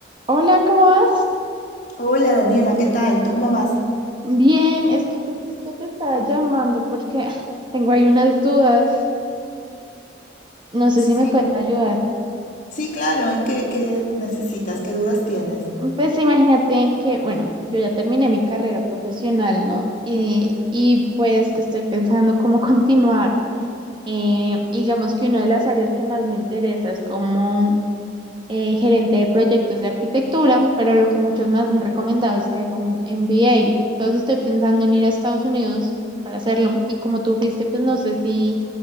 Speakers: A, on the right; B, on the left.
A: Hola, ¿cómo vas?
B: Hola Daniela, ¿qué tal? ¿Tú cómo vas?
A: Bien, es que justo te estaba llamando porque <laughs> <sighs> tengo ahí unas dudas. No sé
B: Sí,
A: si me puedes ayudar.
B: sí, claro. ¿En qué, qué necesitas? ¿Qué dudas tienes?
A: Pues imagínate que, bueno, yo ya terminé mi carrera profesional, ¿no? Y, y, pues estoy pensando cómo <laughs> continuar. Eh, digamos que una de las áreas que más me interesa es como eh, gerente de proyectos de arquitectura, pero lo que muchos me han recomendado es que haga un MBA. Entonces estoy pensando en ir a Estados Unidos para hacerlo y como tú fuiste, pues no sé si,